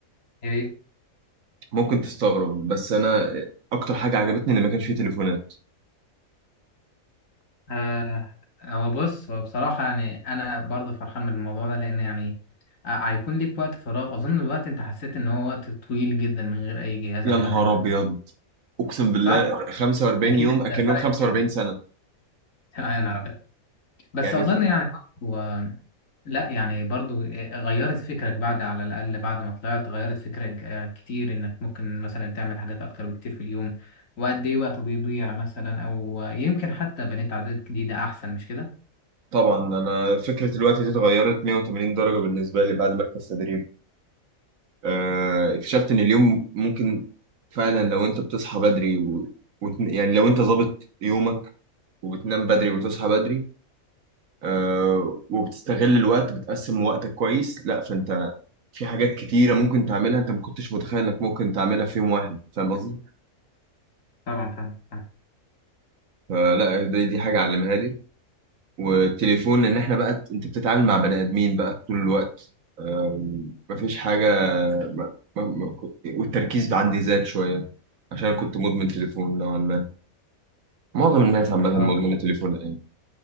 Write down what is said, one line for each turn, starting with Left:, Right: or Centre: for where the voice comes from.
Left: يعني
Right: ممكن تستغرب بس انا اكتر حاجه عجبتني ان ما كانش فيه تليفونات
Left: آه هو بص هو بصراحه يعني انا برضه فرحان من الموضوع ده لان يعني آه، هيكون ليك وقت فراغ اظن الوقت انت حسيت ان هو وقت طويل جدا من غير اي جهاز
Right: يا
Left: عامه
Right: نهار
Left: ده
Right: ابيض اقسم بالله
Left: صح
Right: 45
Left: اكيد
Right: يوم اكنهم
Left: فرقت
Right: 45
Left: جدا
Right: سنه
Left: <laughs> يا نهار أبيض. بس
Right: يعني
Left: اظن يعني برضو آه، لا يعني برضو آه، غيرت فكرك بعد على الاقل بعد ما طلعت غيرت فكرك آه، كتير انك ممكن مثلا تعمل حاجات اكتر بكتير في اليوم وقد ايه وقت بيضيع مثلا او آه، يمكن حتى بنيت عادات جديدة احسن مش كده
Right: طبعا انا فكره الوقت دي اتغيرت 180 درجه بالنسبه لي بعد مركز تدريب آه، اكتشفت ان اليوم ممكن فعلا لو انت بتصحى بدري و... وت... يعني لو انت ظابط يومك وبتنام بدري وتصحى بدري آه، وبتستغل الوقت بتقسم وقتك كويس لا فانت في حاجات كتيرة ممكن تعملها انت ما كنتش متخيل انك ممكن تعملها في يوم واحد فاهم قصدي؟
Left: طبعا فاهم فاهم.
Right: فلا دي, دي حاجة علمها لي والتليفون ان احنا بقى انت بتتعامل مع بني ادمين بقى طول الوقت آم، مفيش حاجة ما ما ما كنت- والتركيز عندي زاد شوية عشان كنت مدمن تليفون نوعا ما معظم الناس عامة مدمنة
Left: اه
Right: تليفون الأيام